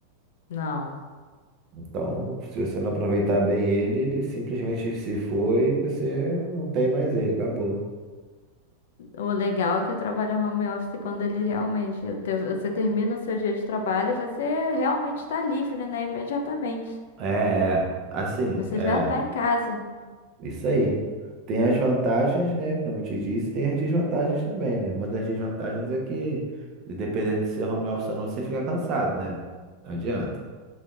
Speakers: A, on the left; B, on the right.
A: Não.
B: Então, se você não aproveitar bem ele, ele simplesmente se foi e você não tem mais ele, acabou.
A: O legal é que o trabalho home office, quando ele realmente. o teu- Você termina o seu dia de trabalho, você realmente está livre, né? Imediatamente.
B: É, é, assim,
A: Você
B: é.
A: já está em casa.
B: Isso aí. Tem as vantagens, né? Como eu te disse, tem as desvantagens também, né? Uma das desvantagens é que, dependendo de ser home office ou não, você fica cansado, né? Não adianta.